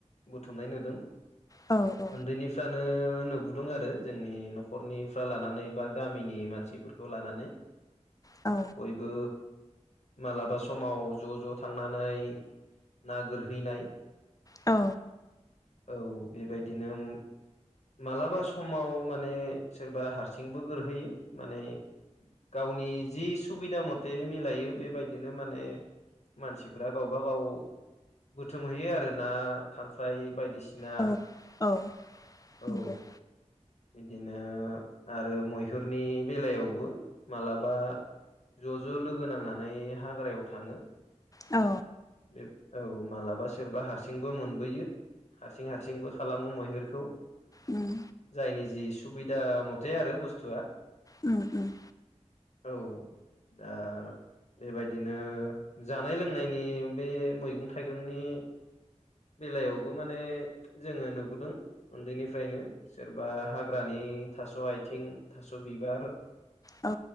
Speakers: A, on the left (about 65°); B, on the left (about 30°).
A: बुथुमनाय नुदों।
B: औ औ
A: उन्दैनिफ्रानो नुबोदों आरो जोंनि न'खरनिफ्रा लानानै बा गामिनि मानसि खौ लानानै
B: औ
A: बयबो मालाबा समाव ज' ज' थांनानै ना गोरहैनाय
B: औ
A: औ बेबायदिनो ओम। मालाबा समाव माने सोरबा हारसिंबो गोरहैयो माने गावनि जि सुबिदा मथे मिलायो बेबायदिनो माने मानसिफ्रा गावब गाव बथोमहैयो आरो ना खांख्राइ बायदिसिना
B: औ औ नंगौ
A: औ। बिदिनो आरो मैहुरनि बेलायावबो मालाबा ज' ज' लोगो नांनानै हाग्रायाव थाङो
B: औ
A: बे औ माब्लाबा सोरबा हारसिंबो मोनबोयो हारसिं हारसिंबो खालामो मैहुरखौ
B: ओं
A: जायनि जि सुबिदा मथे आरो बुस्थुआ
B: उम उम
A: औ दा बेबायदिनो जानाय लोंनायनि बे मैगं थाइगंनि बेलायावबो माने जोङो नुबोदों उन्दैनिफ्रायनो सोर बा हाग्रानि थास' आथिं थास' बिबार
B: औ